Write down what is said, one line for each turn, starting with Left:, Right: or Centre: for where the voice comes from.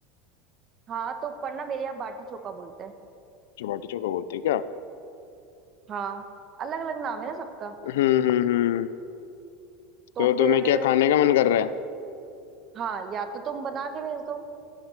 Right: हाँ तो पर ना मेरे यहाँ बाटी चोखा बोलते हैं
Left: जो बाटी चोखा बोलते हैं क्या
Right: हाँ अलग अलग नाम है ना सबका
Left: हम्म हम्म हम्म
Right: तो
Left: तो
Right: फिर
Left: तुम्हें क्या खाने का मन कर रहा है
Right: हाँ या तो तुम बना के भेज दो